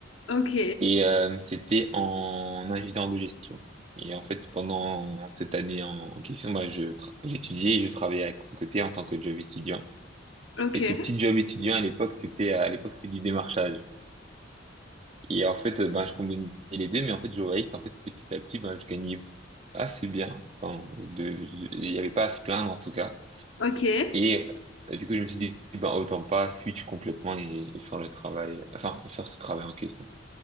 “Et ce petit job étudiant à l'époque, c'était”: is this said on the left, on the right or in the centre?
Right